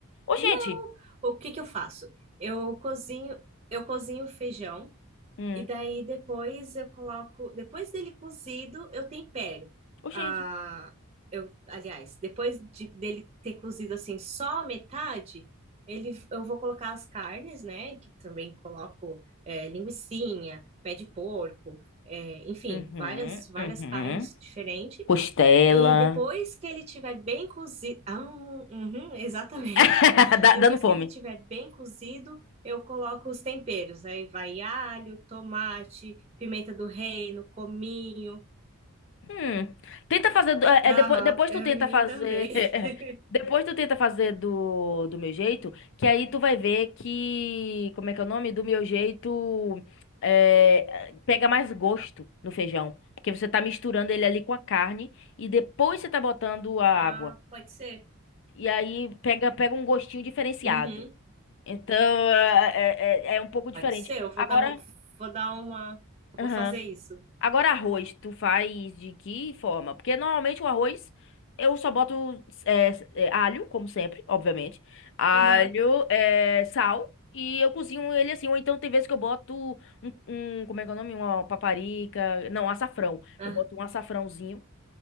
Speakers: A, on the left (about 55°); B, on the right (about 30°).
A: Ô,
B: Não.
A: gente!
B: O que que eu faço? Eu cozinho, eu cozinho o feijão.
A: Hum,
B: E daí depois eu coloco, depois dele cozido, eu tempero.
A: ô, gente!
B: Ah, eu, aliás, depois de- dele ter cozido assim só a metade, ele, eu vou colocar as carnes, né? Que também coloco é, linguicinha, pé de porco, é, enfim,
A: Uhum,
B: várias várias
A: uhum.
B: carnes diferentes.
A: Costela.
B: E depois que ele tiver bem cozido, ah, uhum, exatamente.
A: <laughs>
B: <laughs>
A: Dá-
B: Depois
A: Dando fome.
B: que ele tiver bem cozido, eu coloco os temperos. Aí vai alho, tomate, pimenta do reino, cominho.
A: Hum. Tenta fazer. do- É,
B: Aham,
A: é, depois, depois
B: eu
A: tu tenta
B: em mim
A: fazer.
B: também.
A: <laughs>
B: <laughs>
A: Depois tu tenta fazer do, do meu jeito, que aí tu vai ver que. Como é que é o nome? Do meu jeito. é, pega mais gosto no feijão. Porque você tá misturando ele ali com a carne e depois você tá botando a água.
B: Ah, pode ser.
A: E aí pega, pega um gostinho diferenciado.
B: Uhum,
A: Então é, é- é é um pouco diferente.
B: pode ser. Eu vou
A: Agora.
B: dar, vou dar uma,
A: aham.
B: vou fazer isso.
A: Agora, arroz, tu faz de que forma? Porque normalmente o arroz eu só boto é, é, alho, como sempre, obviamente. Alho,
B: Aham.
A: é, sal. E eu cozinho ele assim. Ou então tem vezes que eu boto um, um- como é que é o nome? Uma paparica. Não, açafrão.
B: ah.
A: Eu boto um açafrãozinho.